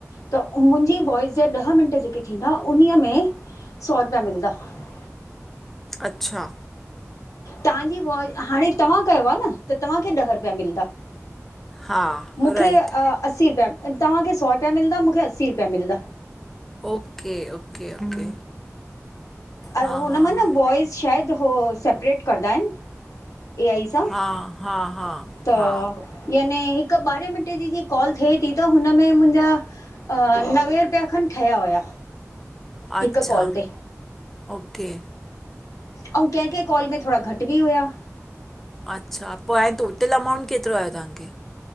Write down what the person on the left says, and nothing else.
त मुंहिंजी वॉइस जा ॾह मिंट जेके थींदा, उन्हीअ में सौ रुपया मिलदा <inaudible> घरररररर
तव्हांजी काल, हाणे तव्हां कयो आ न त तव्हांखे ॾह रुपिया मिलदा
मूंखे
असीं रुपया, तव्हांखे सौ रुपिया मिलंदा मूंखे असीं रुपिया मिलंदा
ऐ
हुन
मां
न वाॅइस शायदि हो सेपरेट कंदा आहिनि ए आई स,
त
याने हिकु ॿारहें मिन्टें जी जीअं कॉल थिए थी त हुनमें मुंहिंजा अ नवे रुपिया खनि ठहिया हुया
हिकु कॉल ते
अऊ केंहिं केंहिं कॉल में थोरा घटि बि हुया